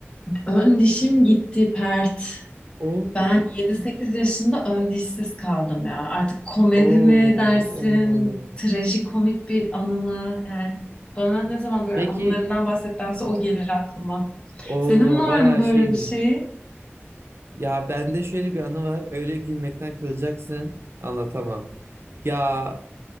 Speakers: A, on the left (about 20°); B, on the right (about 65°).
A: Ön dişim gitti pert.
B: Oo.
A: Ben yedi sekiz yaşında ön dişsiz kaldım ya. Artık komedi
B: Oo.
A: mi dersin,
B: Oo.
A: trajikomik bir anı mı? Yani bana ne zaman böyle
B: Peki
A: anılarından bahsettense o gelir aklıma.
B: o
A: Senin var
B: bayağı
A: mı böyle
B: şeymiş.
A: bir şey?
B: Ya bende şöyle bir anı var. Öyle gülmekten kılacaksın. Anlatamam. Ya